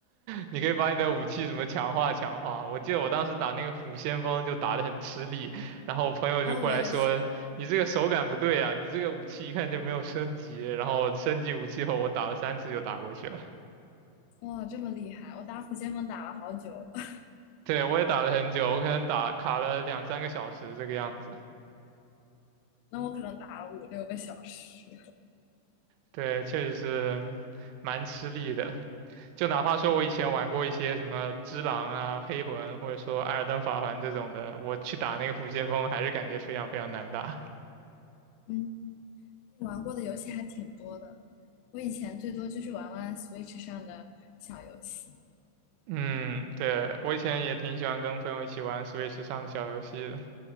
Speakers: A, on the right (about 85°); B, on the left (about 85°).
A: 你可以把你的武器什么强化强化。我记得我当时打那个虎先锋就打得很吃力，然后我朋友就过来说，
B: 然后我也是，
A: 你这个手感不对啊，你这个武器一看就没有升级。然后升级武器后，我打了三次就打过去了。
B: 哇，这么厉害！我打虎剑盟打了好久，<laughs>
A: 对，我也打了很久，我可能打卡了两三个小时这个样子。
B: 那我可能打了五六个小时。
A: 对，确实是蛮吃力的。就哪怕说我以前玩过一些什么只狼啊、
B: 嗯，
A: 黑魂，或者说艾尔登法环这种的，我去打那个虎先锋，还是感觉非常非常难打。
B: 嗯玩过的游戏还挺多的，我以前最多就是玩玩 Switch 上的小游戏。
A: 嗯，对，我以前也挺喜欢跟朋友一起玩 Switch 上的小游戏的，